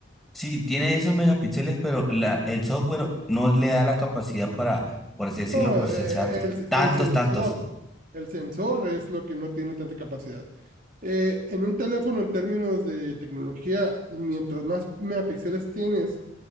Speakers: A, in the centre; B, on the right.
A: sí, tiene esos megapíxeles, pero la, el software no le da la capacidad para, por así decirlo,
B: No,
A: procesar
B: eh, el,
A: tantos,
B: el sensor,
A: tantos.
B: el sensor es lo que no tiene tanta capacidad. Eh, en un teléfono, en términos de tecnología, mientras más megapíxeles tienes,